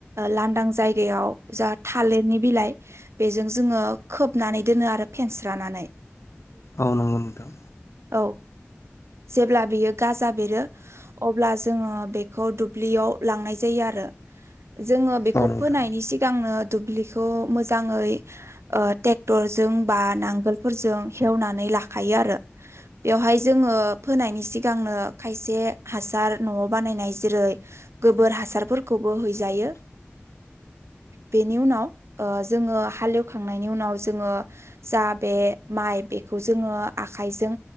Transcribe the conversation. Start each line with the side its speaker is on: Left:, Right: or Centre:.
Right: लांदां जायगायाव जा थालिरनि बिलाइ बेजों जोङो खोबनानै दोनो आरो फेन्स्रानानै
Left: औ नांगौ नोंथां
Right: औ जेब्ला बेयो गाजा बेरो अब्ला जोङो बेखौ दुब्लियाव लांनाय जायो आरो जोङो बेखौ
Left: औ नोंथां
Right: फोनायनि सिगांनो दुब्लिखौ मोजाङै ट्रेक्टरजों बा नांगोलफोरजों हेवनानै लाखायो आरो बेवहाय जों आङो फोनायनि सिगांनो खायसे हासार न'आव बानायनाय जेरै गोबोर हासा- रफोरखौबो हैजायो बेनि उनाव ओ जोङो हालेवखांनायनि उनाव जोङो जा बे माइ बे बेखौ जोंङो आखायजों